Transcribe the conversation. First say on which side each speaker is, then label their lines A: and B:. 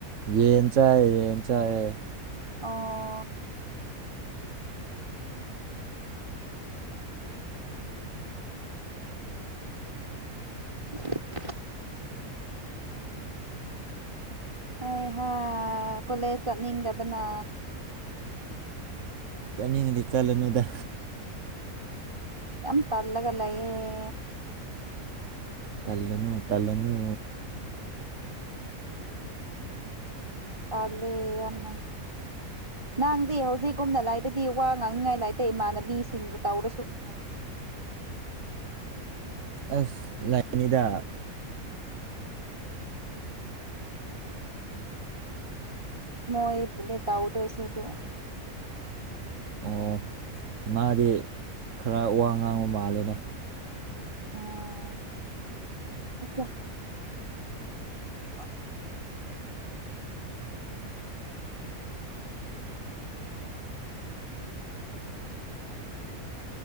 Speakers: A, on the right (about 55°); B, on the right (about 20°).
A: ꯌꯦꯟ ꯆꯥꯏ ꯌꯦꯟ ꯆꯥꯏꯌꯦ
B: ꯑꯣ <unintelligible> ꯍꯩ ꯍꯥ ꯀꯣꯂꯦꯖ ꯆꯠꯅꯤꯡꯗꯕꯅꯥ
A: ꯆꯠꯅꯤꯡꯉꯗꯤ ꯆꯠꯂꯨꯅꯨꯗ
B: ꯌꯥꯝ ꯇꯜꯂꯒ ꯂꯩꯌꯦ
A: ꯇꯜꯂꯨꯅꯨ ꯇꯜꯂꯨꯅꯨ
B: ꯇꯥꯜꯂꯦ ꯌꯥꯝꯅ ꯅꯥꯡꯗꯤ ꯍꯧꯖꯤꯛꯀꯨꯝꯅ ꯂꯩꯔꯥꯗꯤ ꯋꯥ ꯉꯥꯡꯅꯤꯡꯉꯥꯏ ꯂꯩꯇꯦ ꯏꯃꯥꯟꯅꯕꯤꯁꯤꯡꯕꯨ ꯇꯧꯔꯁꯨ
A: ꯇꯧꯔꯤ <unintelligible> ꯑꯁ ꯂꯩꯅꯤꯗ
B: ꯃꯣꯏ ꯕꯨꯅꯦ ꯇꯧꯗꯣꯏꯁꯦꯗꯣ
A: ꯑꯣ ꯃꯥꯗꯤ ꯈꯔ ꯋꯥ ꯉꯥꯡꯕ ꯃꯥꯜꯂꯦꯅꯦ
B: ꯎꯝ ꯑꯩꯒ <inaudible>